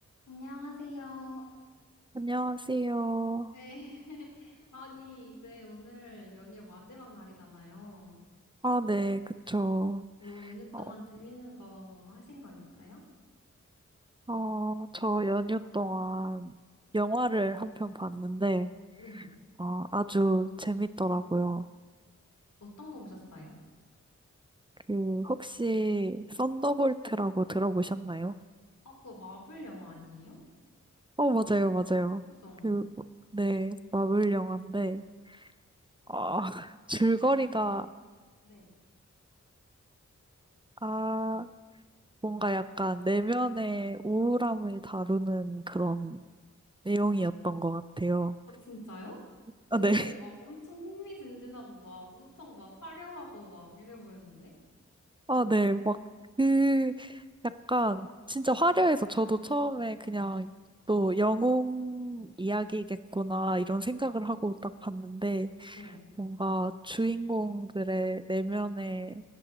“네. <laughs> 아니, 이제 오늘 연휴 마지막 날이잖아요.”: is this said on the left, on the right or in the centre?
Left